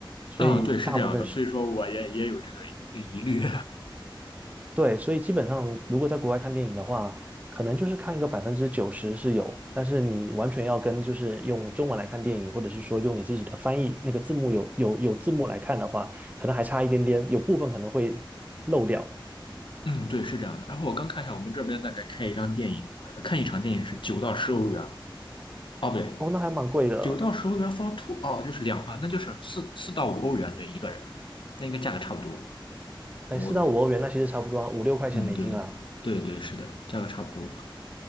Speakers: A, on the right; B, on the left.
A: 所以大部分是。
B: 啊，对，是这样的，所以说我也也有这个疑疑虑。
A: 对，所以基本上，如果在国外看电影的话，可能就是看一个百分之九十是有，但是你完全要跟就是用中文来看电影，或者是说用你自己的翻译那个字幕有有有字幕来看的话，可能还差一点点，有部分可能会漏掉。
B: <laughs> 嗯，对，是这样的。然后我刚看一下，我们这边大概看一张电影，呃看一场电影是九到十欧元。哦，不对，
A: 哦，那还蛮贵的，
B: 九到十欧元 f o two 哦，就是两啊，那就是四四到五欧元对一个人，那应该价格差不多。
A: 哎，
B: 我
A: 四到五欧元，那其实差不多啊五六块钱美金啦。
B: 嗯，对的，对对是的，价格差不多。